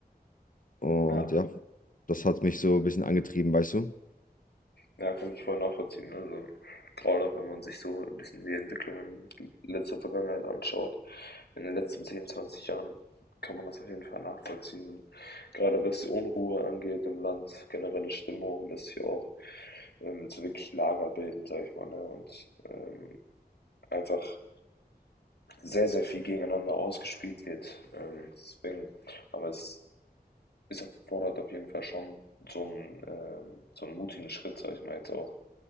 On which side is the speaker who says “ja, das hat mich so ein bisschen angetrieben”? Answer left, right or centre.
Left